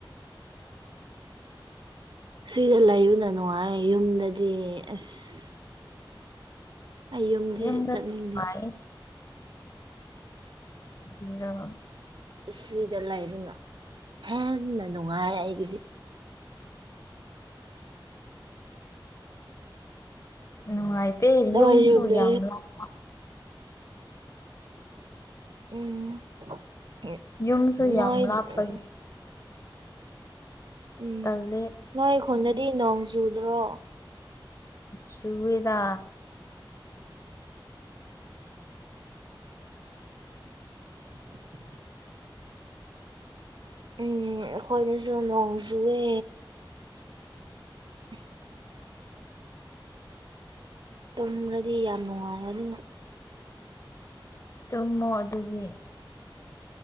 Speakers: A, on the right; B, on the left.
A: ꯁꯤꯗ ꯂꯩꯕꯅ ꯅꯨꯡꯉꯥꯏꯌꯦ ꯌꯨꯝꯗꯗꯤ ꯑꯁ꯫ ꯑꯩ ꯌꯨꯝꯗꯤ
B: ꯌꯨꯝꯗ
A: ꯆꯠꯅꯤꯡꯗꯦ꯫
B: ꯅꯨꯡꯉꯥꯏ ꯅꯣ
A: ꯁꯤꯗ ꯂꯩꯕꯅ ꯍꯦꯟꯅ ꯅꯨꯡꯉꯥꯏꯌꯦ ꯑꯩꯒꯤꯗꯤ꯫
B: ꯅꯨꯡꯉꯥꯏꯇꯦ
A: ꯅꯣꯏ
B: ꯌꯨꯝꯁꯨ
A: ꯌꯨꯝꯗ
B: ꯌꯥꯝ ꯂꯥꯞ
A: ꯎꯝ ꯎꯞ
B: ꯌꯨꯝꯁꯨ
A: ꯅꯣꯏ
B: ꯌꯥꯝ ꯂꯥꯞꯄꯒꯤ
A: ꯎꯝ ꯎꯝ
B: ꯇꯜꯂꯦ
A: ꯅꯣꯏ ꯈꯨꯟꯗꯗꯤ ꯅꯣꯡ ꯆꯨꯗ꯭ꯔꯣ
B: ꯆꯨꯋꯦꯗꯥ
A: <inaudible> ꯎꯝ ꯑꯩꯈꯣꯏꯒꯤꯁꯨ ꯅꯣꯡ ꯆꯨꯋꯦ꯫
B: <inaudible>
A: <unintelligible> ꯇꯨꯝꯔꯗꯤ ꯌꯥꯝ ꯅꯨꯡꯉꯥꯏꯔꯅꯤ꯫
B: ꯇꯨꯝꯃꯣ ꯑꯗꯨꯗꯤ꯫